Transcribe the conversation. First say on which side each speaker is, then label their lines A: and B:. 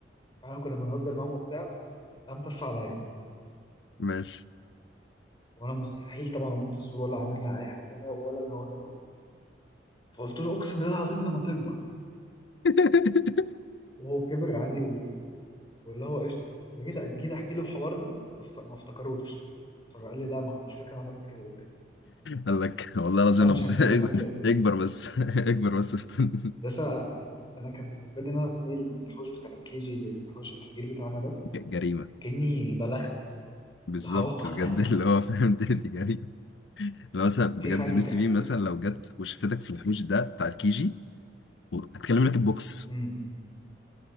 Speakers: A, on the left; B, on the left.
A: فاحنا كنا بنهزر معاهم وبتاع قام طف عليا
B: ماشي
A: وانا مستحيل طبعا اموت في السور ولا عملنا اي حاجه ولا الهوا طبعا فقلت له اقسم بالله العظيم لما تكبر
B: <laughs>
A: وهو كبر عادي واللي هو قشطه وجيت جيت احكي له الحوار ده ما ف- ما افتكروش فقال لي لا ما مش فاكر انا عملت كده وبتاع
B: قال لك والله العظيم
A: بس انا
B: لو
A: مش
B: بت-
A: هنساله
B: <laughs>
A: لحد دلوقتي
B: اكبر بس <laughs> اكبر بس استنى
A: بس انا انا كان بالنسبه لي ان انا اتنقل من الحوش بتاع الكيجي للحوش الكبير بتاعنا ده
B: <laughs> ج- جريمة
A: كاني بلغت مثلا
B: بالظبط
A: اللي هو
B: بجد اللي
A: <laughs>
B: هو فاهم دي, دي جريمة لو مثلا بجد
A: في حاجه
B: ميس
A: في
B: تي
A: حاجه
B: في مثلا
A: في
B: لو جت وشفتك في الحوش ده بتاع الكيجي هتكلم لك البوكس
A: امم